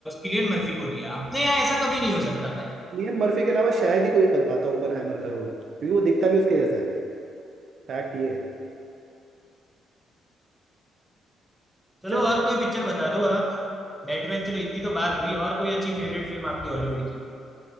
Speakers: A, in the centre; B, on the right.
A: किलियन मर्फी को दिया अपने यहाँ ऐसा कभी नहीं हो सकता भाई
B: लियन मर्फी के अलावा शायद ही कोई कर पाता ओपनहाइमर का रोल क्योंकि वो दिखता भी उसके जैसा है फैक्ट ये है
A: चलो
B: चलो
A: और कोई पिक्चर बता दो आप बैटमैन चलो इतनी तो बात हुई और कोई अच्छी फेवरेट फिल्म आपकी हॉलीवुड की